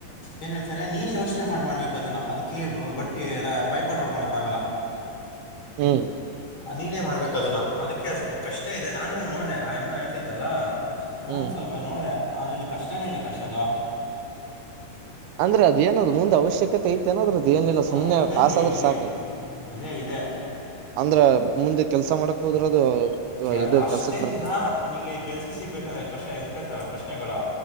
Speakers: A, on the left (about 35°); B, on the right (about 80°).
A: ಏನ್ ಹೇಳ್ತಾರೆ ನೀನೇ ಯೋಚನೆ ಮಾಡ್ ಮಾಡ್ಬೇಕು ಅದನ್ನ ಅದಕ್ಕೆ ಬಟ್ಟಿ ಬಯಪಾಟ್ ಹೊಡ್ಕೋಣ ಆಗಲಾ
B: ಹ್ಮ
A: ನೀನೇ ಮಾಡ್ಬೇಕು ಅದನ್ನ ಅದಕ್ಕೆ ಅದು ಸ್ವಲ್ಪ ಕಷ್ಟ ಇದೆ ನಾನು ನೋಡಿದೆ ಆ ಎಮ್ಮಾ ಹೇಳ್ತಾದ್ದಲ್ಲ ನಾನು
B: ಹ್ಮ್
A: ಸ್ವಲ್ಪ ನೋಡಿದೆ ಅದ್ರಲ್ಲಿ ಕಷ್ಟನೇ ಇದೆ ಆಕಾಶ್ ಅದು
B: ಅಂದ್ರೆ ಅದೇನದ್ ಮುಂದ್ ಅವಶ್ಯಕತೆ ಇ ಐತೆೇನ ಅದ್ರದ ಏನಿಲ್ಲ
A: ಹ್ಞೂ
B: ಸುಮ್ನೆ
A: ಇದೆ
B: ಪುಸ್
A: ಲೇ,
B: ಆದ್ರೆ
A: ಇದೆ
B: ಸಾಕ
A: ಇದೆ ಇದೆ
B: ಅಂದ್ರೆ ಮುಂದೆ ಕೆಲ್ಸ ಮಾಡಕ್ ಹೋದ್ರದು
A: ಕೆಲ್
B: ಇದು
A: ಅಷ್ಟೇನಿಲ್ಲ
B: ಕೆಲ್ಸಕ್ ಬರ್ತ
A: ನಿಂಗೆ ಕೆಲ್ಸ ಸಿಗ್ಬೇಕಂದ್ರೆ ಕಶ ಇಕತಾರ ಪ್ರಶ್ನೆಗಳು.